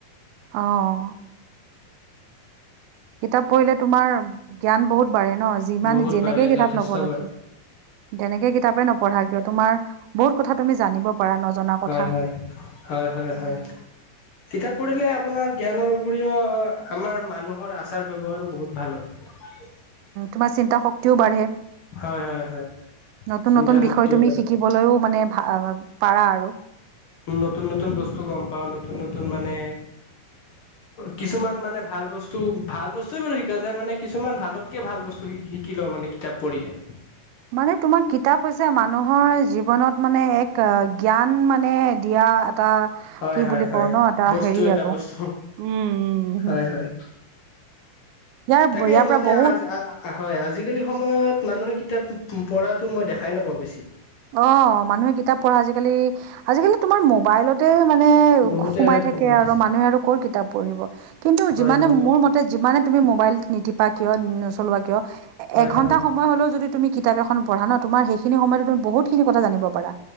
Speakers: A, on the right (about 85°); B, on the left (about 50°).
A: অ'। কিতাপ পঢ়িলে তোমাৰ জ্ঞান বহুত বাঢ়ে ন যিমান
B: বহুত
A: যেনেকে
B: পাৰে
A: কিতাপ
B: যথেষ্ট
A: নপঢ়া
B: পাৰে।
A: কিয় তেনেকে কিতাপে নপঢ়া কিয়, তোমাৰ বহুত কথা তুমি জানিব পাৰা, নজনা
B: হয়
A: কথা।
B: হয় হয় - হয় -
A: উম
B: হয়। কিতাপ পঢ়িলে আপোনাৰ জ্ঞানৰ উপৰিও আমাৰ মানুহৰ আচাৰ ব্যৱহাৰো বহুত ভাল হয়।
A: তোমাৰ চিন্তা শক্তিও বাঢ়ে।
B: হয় হয় হয়
A: নতুন
B: চিন্তা
A: - নতুন বিষয়
B: শক্তিও
A: তুমি
B: বাঢ়ে
A: শিকিবলৈও মানে ভা- অ' পাৰা আৰু।
B: নতুন - নতুন বস্তু গম পাওঁ, নতুন - নতুন মানে কিছুমান মানে ভাল বস্তু- ভাল বস্তুৱে বাৰু শিকা যায়। মানে কিছুমান ভালতকে ভাল বস্তু শিকি শিকি লওঁ মানে, কিতাপ পঢ়িলে।
A: মানে তোমাৰ কিতাপ হৈছে মানুহৰ জীৱনত মানে এক জ্ঞান মানে দিয়া এটা
B: হয়
A: কি
B: হয়
A: বুলি
B: হয়
A: কওঁ ন', এটা
B: বস্তু
A: হেৰি
B: এটা
A: আৰু
B: বস্তু
A: উম - উম - উম।
B: হয় হয়
A: ইয়াৰ
B: তাকে
A: ইয়াৰ
B: মানে
A: পৰা বহুত
B: আজ- হয়, আজিকালি সময়ত মানুহে কিতাপ পঢ়াটো মই দেখাই নাপাওঁ বেছি।
A: অ' মানুহে কিতাপ পঢ়া আজিকালি আজিকালি তোমাৰ মোবাইলতে মানে
B: বহুতে
A: সোমাই থাকে
B: সময়
A: আৰু।
B: দিছে
A: মানুহে আৰু ক'ৰ কিতাপ পঢ়িব? কিন্তু
B: হয়
A: যিমানে-
B: হয় হয়
A: মোৰ মতে যিমানে তুমি মোবাইল নিটিপা কিয়, নচলোৱা কিয়,
B: হয়
A: এঘন্টা
B: হয় হয়
A: সময় হ'লেও যদি তুমি কিতাপ এখন পঢ়া ন', তোমাৰ সেইখিনি সময়তে তুমি বহুতখিনি কথা জানিব পাৰা।